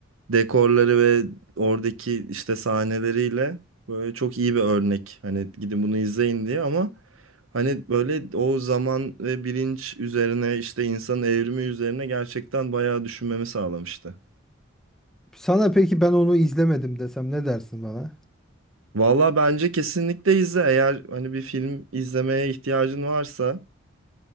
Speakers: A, on the right; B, in the centre.
A: dekorları ve oradaki işte sahneleriyle böyle çok iyi bir örnek. Hani gidin bunu izleyin diye ama hani böyle o zaman ve bilinç üzerine işte insanın evrimi üzerine gerçekten bayağı düşünmemi sağlamıştı.
B: Sana peki ben onu izlemedim desem ne dersin bana?
A: Valla bence kesinlikle izle. Eğer hani bir film izlemeye ihtiyacın varsa